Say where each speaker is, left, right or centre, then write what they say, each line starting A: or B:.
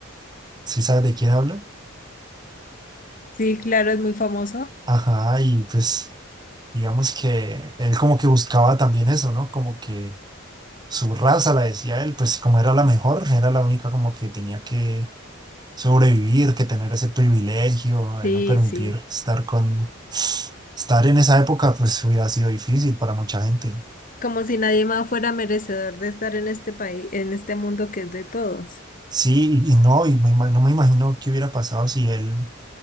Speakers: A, on the right; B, on the left.
A: si sabes de quién hablo.
B: Sí, claro, es muy famoso.
A: Ajá, y pues digamos que él como que buscaba también eso, ¿no? Como que su raza, la decía él, pues como era la mejor, era la única como que tenía que sobrevivir, que tener ese privilegio de
B: Sí,
A: no permitir
B: sí.
A: estar con... Estar en esa época pues hubiera sido difícil para mucha gente.
B: Como si nadie más fuera merecedor de estar en este país, en este mundo que es de todos.
A: Sí, y y no, y me ima- no me imagino qué hubiera pasado si él